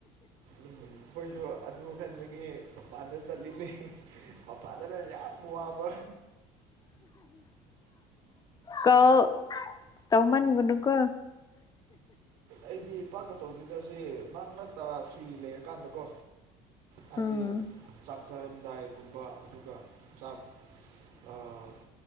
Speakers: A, on the right (about 80°); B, on the left (about 25°).
A: ꯎꯝ ꯑꯩꯈꯣꯏꯁꯨ ꯑꯗꯨ ꯈꯟꯕꯒꯤ ꯃꯄꯥꯟꯗ ꯆꯠꯂꯤꯅꯤ ꯑꯄꯥꯟꯗꯅ ꯌꯥꯝ ꯋꯥꯕ
B: ꯀꯣꯜ ꯇꯧꯃꯟꯒꯅꯨ ꯀꯣ
A: ꯑꯩꯗꯤ ꯄꯥꯛꯇ ꯇꯧꯗꯦꯗ ꯁꯤ ꯃꯔꯛ ꯃꯔꯛꯇ ꯐꯔꯤ ꯂꯩꯔꯀꯥꯟꯗꯀꯣ ꯍꯥꯏꯗꯤ
B: ꯎꯝ
A: ꯆꯥꯛ ꯆꯥꯔꯝꯗꯥꯏꯒꯨꯝꯕ ꯑꯗꯨꯒ ꯆꯥꯛ ꯑꯥ